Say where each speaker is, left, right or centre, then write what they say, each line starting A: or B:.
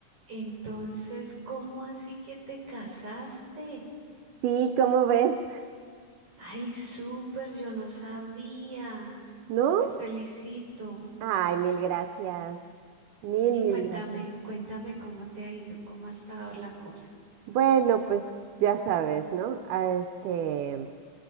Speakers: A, on the right; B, on the right.
A: Entonces, ¿cómo así que te casaste?
B: Sí, ¿cómo ves?
A: Ay, súper, yo no sabía.
B: <laughs> ¿No?
A: Te felicito.
B: Ay, mil gracias. Mil,
A: Y
B: mil
A: cuéntame,
B: gracias.
A: cuéntame cómo te ha ido, cómo ha estado la cosa.
B: Bueno, pues ya sabes, ¿no? Ah, Este,